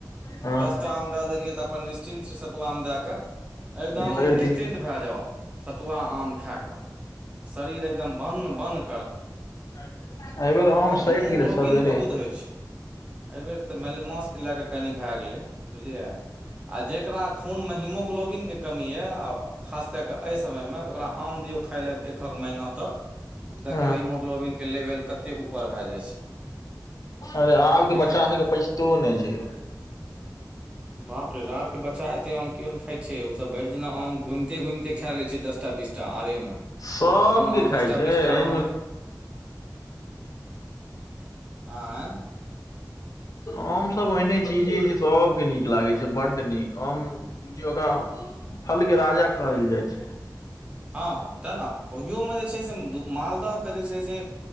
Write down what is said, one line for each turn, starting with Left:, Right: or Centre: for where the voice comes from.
Left: हँ
Right: दस टा आम द देलियै तऽ अपन निश्चिन्त छै सतुआमे दए कऽ, एकदम
Left: भरि
Right: निश्चिन्त
Left: दिन
Right: भए जाउ। सतुआ आम खाय क, शरीर एकदम बन -बन
Left: एहि बेेर आम सठि
Right: हीमोग्लोबिन
Left: गेलै सवेरे।
Right: बहुत होइ छै एहिबेर तऽ मानि लिअ मास्के लए कऽ कनि भए गेलै। बुझलियै! आ जेकरा खून मे हिमोग्लोबिन के कमी यऽ आ ओ खास कए कऽ एहि समयमे, तऽ ओकरा आम दियौ खायइ लए एकक महीना तक देखियौ
Left: हँ
Right: हिमोग्लोबिनके लेवल कतेक ऊपर भए जाइ छै।
Left: अरे आबके
Right: बुझलियै
Left: बच्चा सबके पैचतोनै छै, यौ।
Right: बापरे आब के बच्चा एते आम किओ ने खाय छियै, ओसब भैर दिना आम घुमिते -घुमिते खेए लै छै दस टा बीसटा आइरेमे,
Left: सबके
Right: हम अहाँ
Left: खाइ
Right: दसटा
Left: छै
Right: बीस टा
Left: एहिमे
Right: आम आइअ।
Left: हाम सब ओहिने चीजे छै सबके निक लागै छै बड्ड निक हाम बुझियो ओकरा फल के राजा कहल जाय छै।
Right: हाँ हाँ तऽ न। ओहियोमे जे छै से, मालदहके जे छै से,